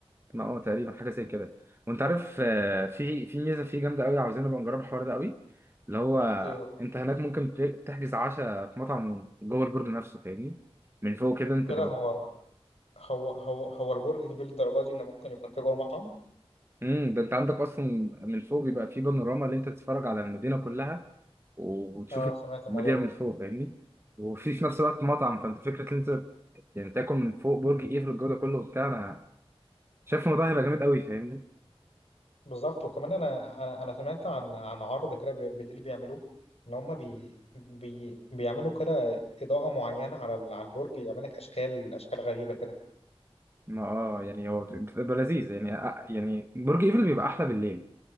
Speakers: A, on the right; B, on the left.
A: ما هو تقريبا حاجه زي كده وانت عارف آه، في في ميزه فيه جامده قوي عاوزين نبقى نجرب الحوار ده قوي اللي هو
B: ايه هو
A: انت هناك ممكن ت- تحجز عشاء في مطعم جوه البرج نفسه فاهمني من فوق كده انت
B: لا
A: تبقى
B: لا هو هو هو هو البرج كبير للدرجة دي ان ممكن يكون في جوه مطعم
A: امم ده انت عندك اصلا من فوق بيبقى فيه بانوراما اللي انت تتفرج على المدينه كلها وتشوف
B: اه سمعت الموضوع
A: المدينه
B: ده
A: من فوق فاهمني وفي في نفس الوقت مطعم فانت فكره ان انت يعني تاكل من فوق برج ايفل الجو ده كله وبتاع شايف الموضوع هيبقى جامد قوي فاهمني
B: بالظبط وكمان انا انا انا سمعت عن عن عرض كده بي- بالليل بيعملوه ان هم بي بي بيعملوا كده اضاءة معينة على ال- على البرج يعمل لك اشكال اشكال غريبة كده
A: ما اه يعني هو بتبقى لذيذ يعني آه، يعني برج ايفل بيبقى احلى بالليل